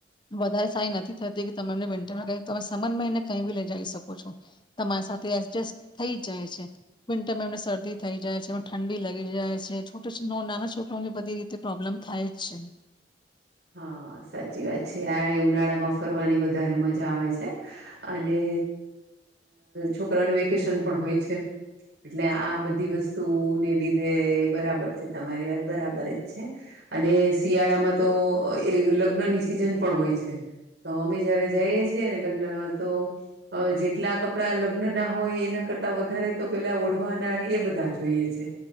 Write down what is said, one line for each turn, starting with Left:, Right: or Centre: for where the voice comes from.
Left: વધારે સારી નથી થતી કે તમે એમને વિન્ટરમાં ક તમે સમનમાં એને કઈ બી લઈ જઈ શકો છો, તમારી સાથે એ થઈ જાય છે, વિન્ટરમાં એમને શરદી થઈ જાય છે એમ ઠંડી લાગી જાય છે છોટો નાના છોકરોઓને બધી રીતે પ્રોબ્લેમ થાય જ છે.
Right: હા સાચી વાત છે આ ઉનાળામાં ફરવાની વધારે મજા આવે છે, અને છોકરાઓને વેકેશન પણ હોય છે, એટલે આ બધી વસ્તુને લીધે બરાબર છે તમારી વાત બરાબર જ છે, અને શિયાળામાં તો એ લગ્નની સિઝન પણ હોય છે. તો અમે જયારે જઈએ છીએ ને લગ્નમાં તો, જેટલા કપડાં લગ્ન ના હોય એના કરતા વધારે તો પેલા ઓઢવાના એ બધા જોઈએ છે,